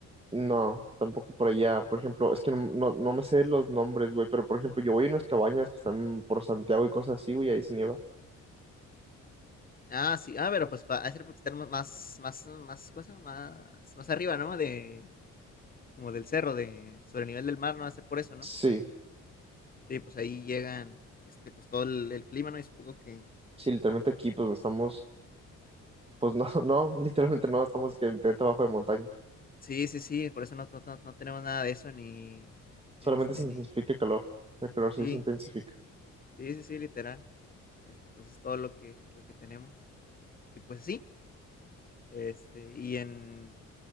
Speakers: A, on the right; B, on the left.
A: No, tampoco por allá. Por ejemplo, es que no, no, no me sé los nombres, güey, pero por ejemplo, yo voy a unas cabañas que están por Santiago y cosas así, güey, ahí se nieva.
B: Ah, sí, ah, pero pues, para hacer porque están más, más, más, más, cosa, más, más arriba, ¿no? De, como del cerro, de, sobre el nivel del mar, no va a ser por eso, ¿no?
A: Sí,
B: Sí, pues ahí llegan, este, pues todo el, el clima, ¿no? Y supongo que,
A: sí, literalmente aquí, pues no estamos, pues no, <laughs> no, literalmente no, estamos que literalmente abajo de montaña.
B: sí, sí, sí, por eso no, no, no- no tenemos nada de eso, ni,
A: Solamente
B: este,
A: se intensifica
B: ni,
A: el calor. El calor
B: sí,
A: sí se intensifica.
B: sí, sí, sí, literal, este, pues es todo lo que, lo que tenemos. Y pues sí, este, y en,